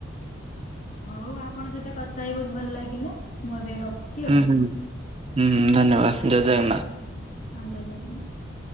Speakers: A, on the left; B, on the right.
A: ହଉ ଆପଣଙ୍କ ସହିତ କଥା ହେଇ ବହୁତ ଭଲ ଲାଗିଲା ମୁଁ ଏବେ ରଖ ରଖୁଚି
B: ହୁଁ
A: ଆଉ,
B: ହୁଁ ହୁଁ ଧନ୍ୟବାଦ
A: ଠିକ୍ ଅଛି
B: ଜୟ
A: ହଁ
B: ଜଗନ୍ନାଥ।
A: ଜୟ ଜଗନ୍ନାଥ।